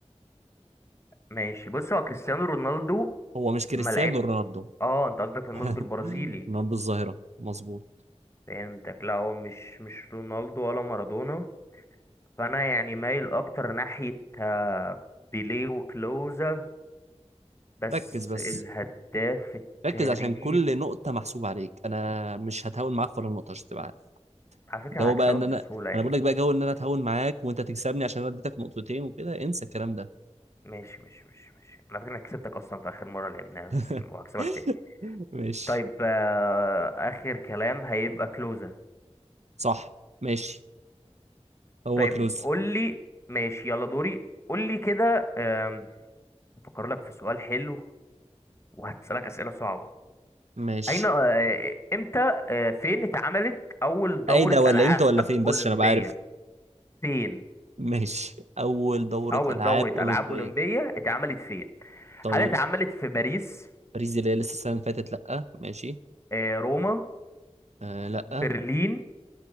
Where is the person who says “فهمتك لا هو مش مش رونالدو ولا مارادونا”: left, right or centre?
Left